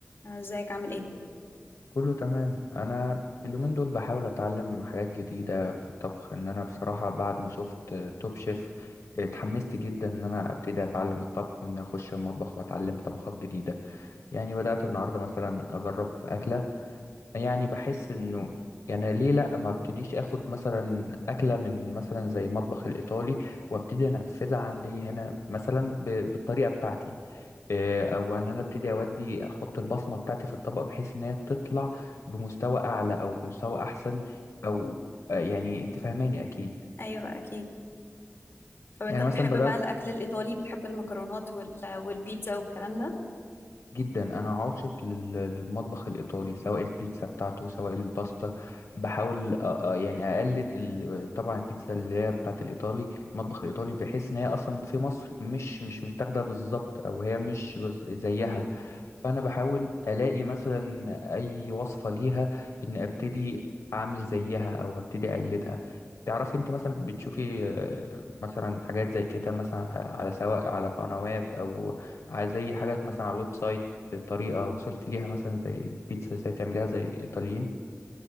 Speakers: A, on the left (about 50°); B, on the left (about 85°).
A: ازيك عامل ايه
B: كله تمام انا اليومين دول بحاول اتعلم حاجات جديده في الطبخ ان انا بصراحه بعد ما شفت توب شيف اتحمست جدا ان انا ابتدي اتعلم الطبخ وان اخش المطبخ واتعلم طبخات جديده يعني بدات النهارده مثلا اجرب في اكله يعني بحس انه يعني ليه لا ما ابتديش اخد مثلا اكله من مثلا زي مطبخ الايطالي وابتدي انفذها عندي هنا مثلا ب- بالطريقه بتاعتي إيه، او ان انا ابتدي اودي احط البصمه بتاعتي في الطبق بحيث ان هي تطلع بمستوى اعلى او مستوى احسن او آه، يعني انت فاهماني اكيد
A: ايوه اكيد طب انت
B: يعني
A: بتحب
B: مثلا بدات
A: بقى الاكل الايطالي بتحب المكرونات وال... والبيتزا والكلام ده
B: جدا انا عاشق لل- للمطبخ الايطالي سواء البيتزا بتاعته سواء الباستا بحاول أ- أ- يعني اقلد ال- طبعا البيتزا اللي هي بتاعت الايطالي المطبخ الايطالي بحيث ان هي اصلا في مصر مش مش متاخده بالظبط او هي مش بز- زيها
A: امم
B: فانا بحاول الاقي مثلا اي وصفه ليها ان ابتدي اعمل زيها او ابتدي اقلدها تعرفي انت مثلا بتشوفي آه، مثلا حاجات زي كده مثلا آه، على سواء على قنوات او ع- زي حاجات مثلا على الويب سايت آه، طريقة وصلت ليها مثلا زي البيتزا ازاي تعمليها زي الإيطاليين